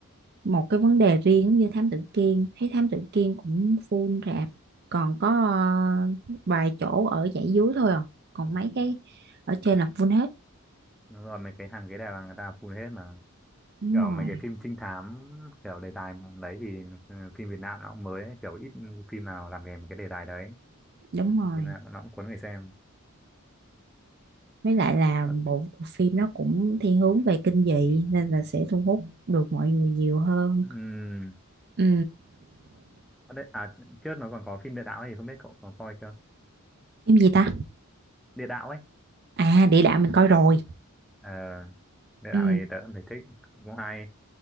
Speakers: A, on the right; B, in the centre.
A: một cái vấn đề riêng giống như Thám Tử Kiên thấy Thám Tử Kiên cũng full rạp còn có ờ, vài chỗ ở dãy dưới thôi à còn mấy cái ở trên là full hết
B: Rồi mấy cái hàng ghế đào là người ta full hết mà.
A: đúng
B: kiểu
A: rồi
B: mấy cái phim trinh thám kiểu đề tài đấy thì ừ, phim Việt Nam nó cũng mới ấy, kiểu ít phim nào làm về một cái đề tài đấy
A: đúng rồi
B: thế nên là nó cũng cuốn người xem
A: với lại là
B: Ờ,
A: bộ, bộ phim nó cũng thiên hướng về kinh dị nên là sẽ thu hút được mọi người nhiều hơn
B: ừm,
A: ừ
B: ở đấy, à trước nó còn có phim Địa Đạo ấy, thì không biết cậu còn coi chưa
A: phim gì ta
B: Địa Đạo ấy
A: à địa đạo mình coi rồi
B: ờ Địa
A: ừ
B: Đạo thì tớ cũng thấy thích cũng hay